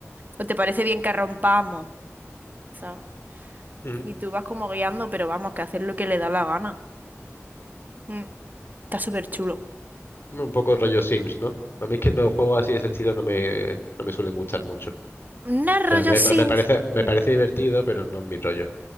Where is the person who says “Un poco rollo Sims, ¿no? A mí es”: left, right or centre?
Left